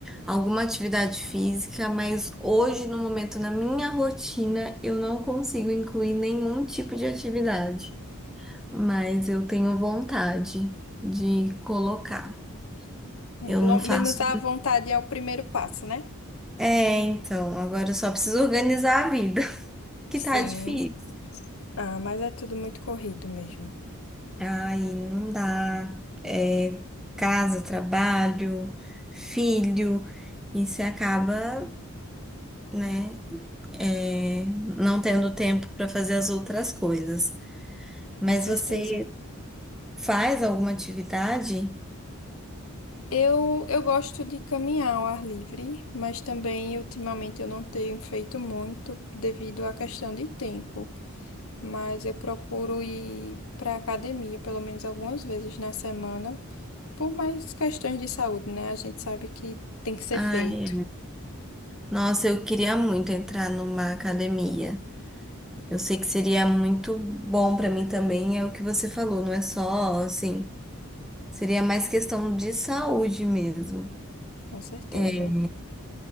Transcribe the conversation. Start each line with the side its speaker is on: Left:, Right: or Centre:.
Centre: alguma atividade física, mas hoje, no momento, na minha rotina, eu não consigo incluir nenhum tipo de atividade. Mas eu tenho vontade de colocar.
Left: É,
Centre: Eu
Left: pelo
Centre: não faço.
Left: menos a vontade é o primeiro passo, né?
Centre: É, então, agora eu só preciso organizar a vida, <laughs> que
Left: Sim.
Centre: tá difícil.
Left: Ah, mas é tudo muito corrido mesmo,
Centre: Ai, não dá. É, casa, trabalho, filho, e você acaba, né, é, não tendo tempo para fazer as outras coisas.
Left: com
Centre: Mas
Left: certeza.
Centre: você faz alguma atividade?
Left: Eu, eu gosto de caminhar ao ar livre, mas também ultimamente eu não tenho feito muito devido à questão de tempo. Mas eu procuro ir para academia pelo menos algumas vezes na semana. Por mais questões de saúde, né? A gente sabe que tem que ser
Centre: Ai,
Left: feito.
Centre: nossa, eu queria muito entrar numa academia. Eu sei que seria muito bom para mim também, é o que você falou, não é só assim, seria mais questão de saúde mesmo.
Left: Com certeza.
Centre: É,